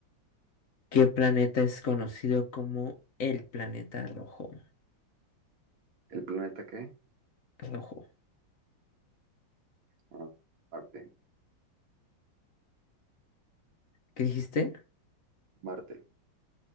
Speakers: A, on the left; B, on the right.
A: ¿Qué planeta es conocido como el planeta rojo?
B: ¿El planeta qué?
A: Rojo.
B: Ah, Marte.
A: ¿Qué dijiste?
B: Marte.